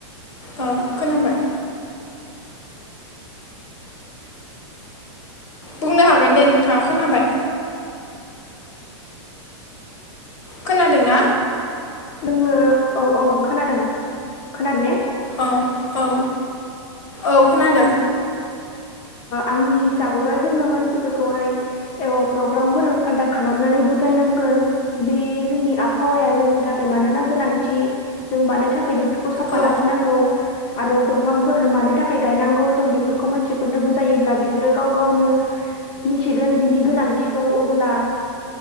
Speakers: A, on the left; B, on the left.
A: ओ खोनाबाय। बुंनो हागोन दे नोंथाङा खोनाबाय। खोनादोंना?
B: जोंनो औ औ खोनादों खोनादों ने?
A: औ औ औ खोनादों।
B: आंनि हिसाबैबा जोङो मानसिफोरखौहाय प्रग्रामफोर कन्डाक्ट खालामनानै बुजायनांगोन बे जोंनि आबहावाया जोंनि थाखाय मानोना गोनांथि जों मानो थाखाय बेफोर। खौ साफा
A: औ
B: लाखिनांगौ। आरो दंफांफोर मानो थाखाय गायनांगौ जों बेफोरखौ मानसि। फोरनो बुजायोब्ला बिसोरो गाव-गावनो मिथिगोन बिनि गोनांथिखौ अब्ला।